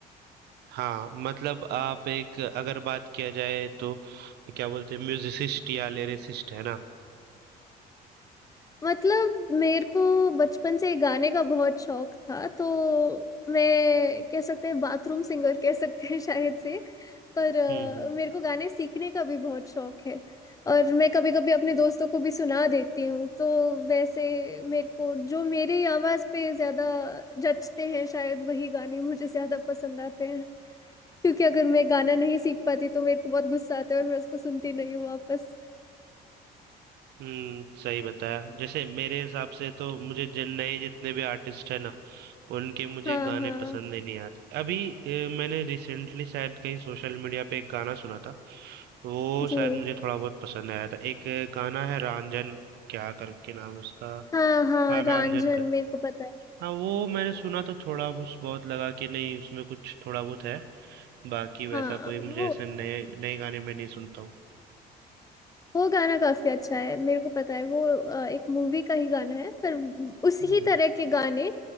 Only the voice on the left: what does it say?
मतलब मेरे को बचपन से गाने का बहुत शौक था तो मैं कह सकते हैं बाथरूम सिंगर कह सकते हैं शायद से पर अ,
मेरे को गाने सीखने का भी बहुत शौक है और मैं कभी कभी अपने दोस्तों को भी सुना देती हूँ तो वैसे मेरे को जो मेरी आवाज़ पे ज़्यादा जचते हैं शायद वही गाने मुझे ज़्यादा पसंद आते हैं क्योंकि अगर मैं गाना नहीं सीख पाती तो मेरे को बहुत गुस्सा आता है और मैं उसको सुनती नहीं हूँ वापस
हाँ
हाँ
जी
हाँ हाँ
रांझन
मेरे को पता है
हाँ
वो
वो गाना काफी अच्छा है मेरे को पता है वो अ, एक मूवी का ही गाना है पर उसी
ही तरह के गाने